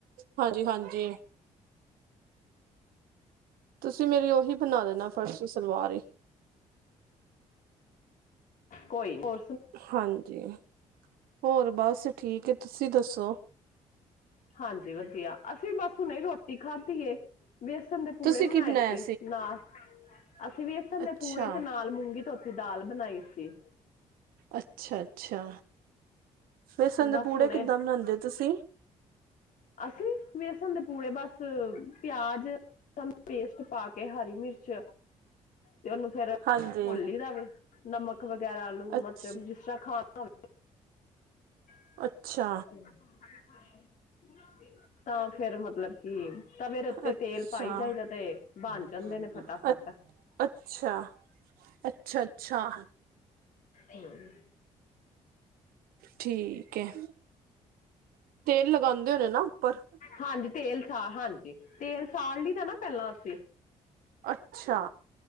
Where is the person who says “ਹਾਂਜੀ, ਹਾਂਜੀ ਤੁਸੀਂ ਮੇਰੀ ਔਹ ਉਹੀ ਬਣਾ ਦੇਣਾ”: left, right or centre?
Right